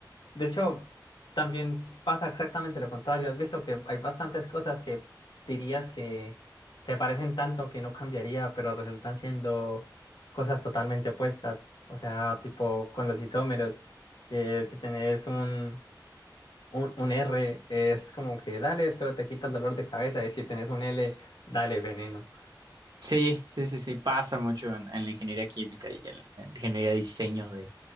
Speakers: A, on the left (about 80°); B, on the right (about 65°).
A: De hecho, también pasa exactamente lo contrario. Has visto que hay bastantes cosas que dirías que se parecen tanto que no cambiaría, pero resultan siendo cosas totalmente opuestas. O sea, tipo con los isómeros, que si tenés un, un, un R, es como que dale, esto te quita el dolor de cabeza, y si tenés un L, dale, veneno. <laughs>
B: Sí, sí, sí, sí, pasa mucho en, en la ingeniería química y en, en la ingeniería de diseño de,